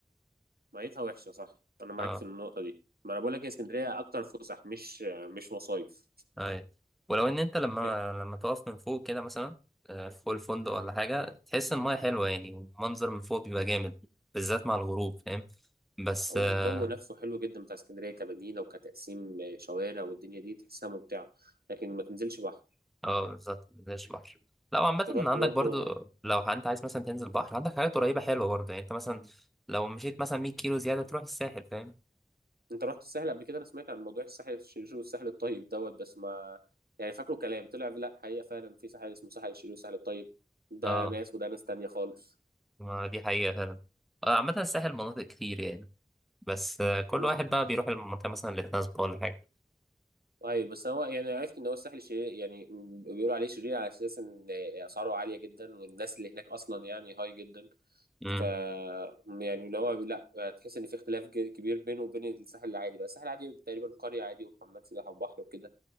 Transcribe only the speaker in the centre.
اه
اي ولو ان انت لما
لما تقف من فوق كده مثلا آه، فوق الفندق ولا حاجه تحس ان الميه حلوه يعني والمنظر من فوق بيبقى جامد بالذات مع الغروب فاهم بس
اه
آه، بالظبط مفيش بحر لا وعامة
عندك
برضو لو انت عايز مثلا تنزل بحر عندك حاجات قريبة حلوة برضو يعني انت مثلا لو مشيت مثلا 100 كيلو زيادة تروح الساحل فاهم
اه
ما دي حقيقة فعلا آه، عامة الساحل مناطق كتير يعني بس آه، كل
واحد بقى بيروح المنطقة مثلا اللي تناسبه ولا حاجة
امم